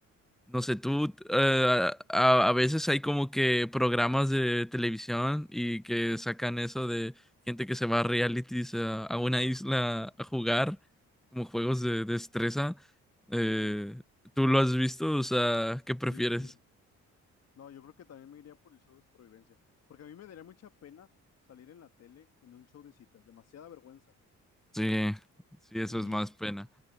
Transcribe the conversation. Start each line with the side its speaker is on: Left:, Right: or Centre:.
Centre: No sé, tú, eh, a, a veces hay como que programas de televisión y que sacan eso de gente que se va a realities a, a una isla a jugar, como juegos de, destreza. Eh,
Left: sí,
Centre: ¿tú lo has visto? O sea, ¿qué prefieres?
Left: sí, sí, sí. No, yo creo que también me iría por el show de supervivencia, porque a mí me daría mucha pena salir en la tele en un show de citas, demasiada vergüenza.
Centre: Sí, sí, eso
Left: Y
Centre: es más pena.